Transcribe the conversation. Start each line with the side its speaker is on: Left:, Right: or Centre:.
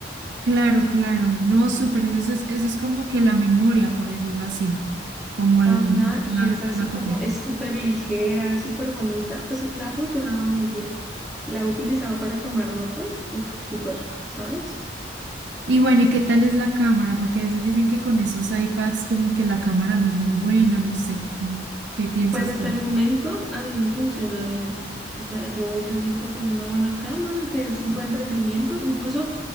Right: Claro, claro. No, súper. Eso es, eso es como que la memoria, por decirlo así, como
Centre: Ajá,
Right: el, una
Centre: y es así
Right: una copia.
Centre: como, es súper ligera, es súper bonita, pues me ha funcionado muy bien. La he utilizado para tomar notas, uff, súper, ¿sabes?
Right: Y bueno, ¿y qué tal es la cámara? Porque a veces dicen que con esos iPads como que la cámara no es muy buena, no sé, ¿qué qué piensas
Centre: Pues hasta
Right: tú?
Centre: el momento a mí me funciona bien. O sea, yo, yo siento que es una buena cámara, que es un buen rendimiento. Incluso